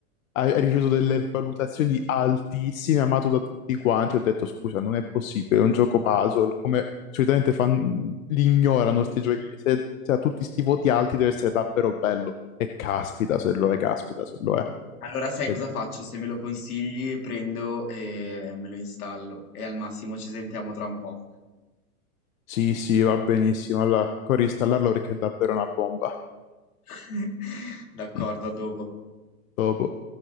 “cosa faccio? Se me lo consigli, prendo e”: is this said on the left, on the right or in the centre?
Left